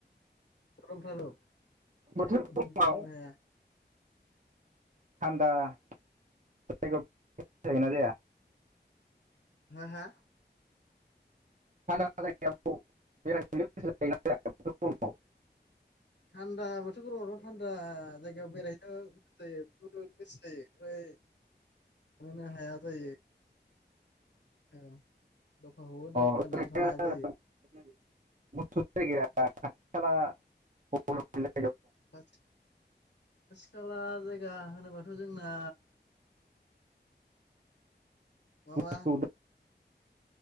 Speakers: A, on the left; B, on the right.
A: गरमथार औ <unintelligible>
B: बोथोर गरमाव
A: थानोनो हाया।
B: थान्दा जायगायाव <unintelligible> जायोना जाया?
A: हा हा
B: थान्दा जायगायाव बेरायहैनो गोसो जायोना जाया बोथोर गरमाव
A: थान्दा बोथोर गरमावथ' थान्दा जायगायाव बेरायहनोथ गोसो जायो <unintelligible> गोसो जायो ओमफ्राय थांनोनो हाया जायो। औ दखानखौबो
B: अ
A: दा गारनानै
B: ओरैनो
A: थांनो हाया जायो।
B: <unintelligible>
A: खाथि खाला जाय बिगा होनोबाथ जोंना मामा
B: गुसु